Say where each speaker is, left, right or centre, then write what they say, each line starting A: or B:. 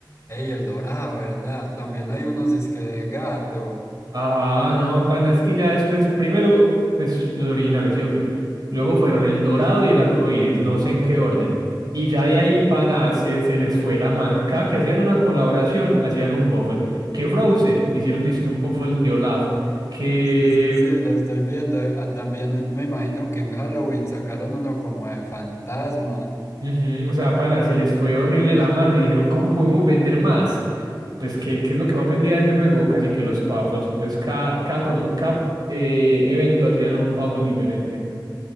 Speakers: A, on the left; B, on the right.
A: Ey, el dorado, ¿verdad? También hay unos disque de gato.
B: Ah, no, pana, es que ya después, primero, pues los originales, ¿sí o qué? Luego fueron El Dorado y El Arco Iris, no sé en qué orden. Y ya de ahí, pana, se, se les fue la mano. Cada que hacían una colaboración, hacían un Puffle. Que Frozen hicieron disque un Puffle de Olaf. Que,
A: Sí, sí, sí, lo estoy viendo. Ah, También me imagino que en Halloween sacaron uno como de fantasma.
B: ujú, o sea, pana, se les fue horrible la mano y dijeron, ¿cómo podemos vender más? Pues, ¿qué, qué es lo que más vendía de este juego? Casi que los Puffles. Entonces, cada, cada, promo- cada eh, evento hacían un Puffle diferente.